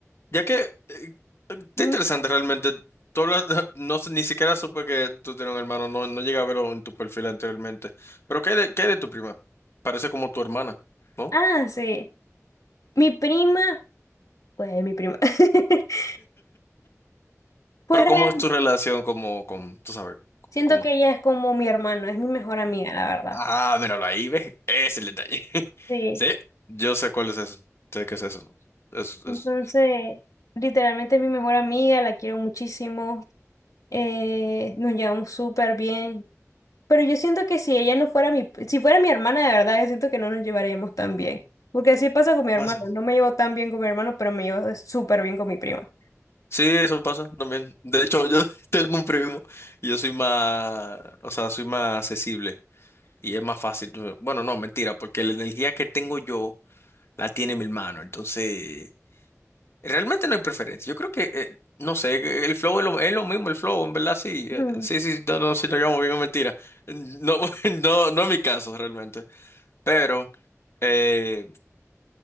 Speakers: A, on the left; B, on the left.
A: Ya que... eh, Está
B: Mm,
A: interesante realmente. Tú hablas- <laughs> no sé, ni siquiera supe que tú tienes un hermano. No, no llegué a verlo en tu perfil anteriormente. Pero ¿qué hay de, qué hay de tu prima? Parece como tu hermana, ¿no?
B: Ah, sí. Mi prima. Pues mi prima. <laughs> Pues
A: Pero
B: real,
A: ¿cómo es tu relación como con... Tú sabes,
B: siento
A: como...
B: que ella es como mi hermano, es mi mejor amiga, la verdad.
A: Ah, míralo ahí, ve. Es el detalle. <laughs>
B: Sí,
A: Sí, yo sé cuál es eso. Sé qué es eso. Es,
B: entonces,
A: es...
B: literalmente es mi mejor amiga, la quiero muchísimo, eh, nos llevamos súper bien, pero yo siento que si ella no fuera mi, si fuera mi hermana de verdad, yo siento que no nos llevaríamos tan bien, porque así pasa con mi hermano,
A: Pasa.
B: no me llevo tan bien con mi hermano, pero me llevo súper bien con mi prima.
A: Sí, eso pasa también. De hecho, yo <laughs> tengo un primo y yo soy más, o sea, soy más accesible y es más fácil. Bueno, no, mentira, porque la energía que tengo yo la tiene mi hermano. Entonces, realmente no hay preferencia. Yo creo que, eh, no sé, que el flow es lo, es lo mismo, el flow, en verdad, sí.
B: Mm,
A: eh, Sí, sí, no, no, si no, yo me mentira. No, <laughs> no, no es mi caso, realmente. Pero eh,